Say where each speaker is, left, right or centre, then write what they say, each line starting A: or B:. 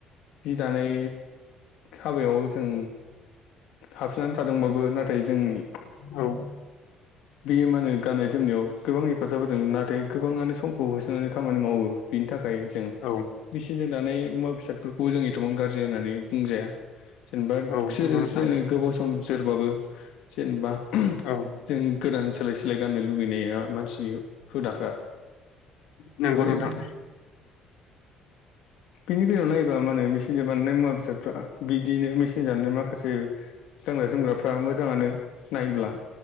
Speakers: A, on the left (about 65°); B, on the left (about 85°).
A: जि दानाय हाबायाव जों हाबसोनानै थादोंबाबो नाथाय जोंनि
B: औ
A: बेयो मा होनो गाननाय जोमनायाव गोबां हेफाजाब होदों नाथाय गोबाङानो समखौ होसोनानै खामानि मावो। बेनि थाखाय जों
B: औ
A: मेसिनजों दानाय मुवा बेसादफोरखौ जों एथबां गाज होननानै बुंजाया जेनेबा
B: औ
A: खुसेरसो
B: नंगौ नोंथां
A: गोबाव सम सोरबाबो जेनेबा
B: औ
A: जों गोदान सोलाय स सोलाय गाननो लुुबैनाया मानसिनि हुदाखा
B: नोंगौ
A: बोरायबाथाय
B: नोंथां
A: बिनि बेलायाव नायोबा माहोनो मेचनजों बानायनाय मुवा बेसादफ्रा बिदिनो मेचन जानाय माखासे गानग्रा जोमग्राफ्रा मोजाङानो नायोब्ला